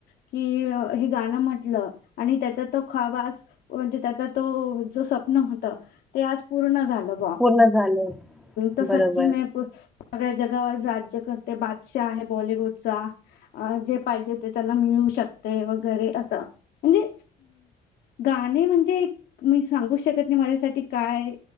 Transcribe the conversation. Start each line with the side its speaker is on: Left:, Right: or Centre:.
Left: की हे गाणं म्हटलं आणि त्याचा तो खाब आज म्हणजे, त्याचा तो जो स्वप्न होत ते आज पूर्ण झालं. <unintelligible>
Centre: पूर्ण झालं
Left: तो सच्ची
Centre: बरोबर
Left: मैं पुछ सगळ्या जगावर राज्य करते बादशाह आहे. बॉलिवूडचा जे पाहिजे ते त्याला मिळू शकते, वगैरे असं म्हणजे गाणे म्हणजे मी सांगू शकत नाही, माझ्यासाठी काय?